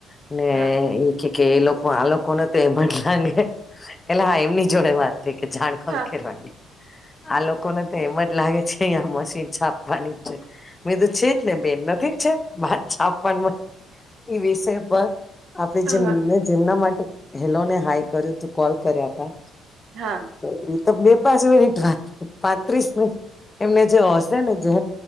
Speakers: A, on the left; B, on the right.
A: ને
B: હા
A: એ કે કે એ લોકો આ લોકો નો તો એમ લગે એટલે હા એમની જોડે વાત તે કે જાણ ખંખેરવા
B: હા હા
A: આ લોકોને તો એમ જ લાગે છે અહીંયા મશીન છાપવાની જ છે મેં તો છે જ ને બેન નાથી છે? વાત છે આપવા એ વિષય પર આપે
B: હા
A: જેમ
B: હા
A: ન જેમના માટે હેલો ને હાઈ કર્યો તું કોલ કર્યા તા.
B: હા.
A: તો એ તો બે પાંચ મિનિટ પાંત્રીસ મિનિટ વાત એમને જે હશે ને જે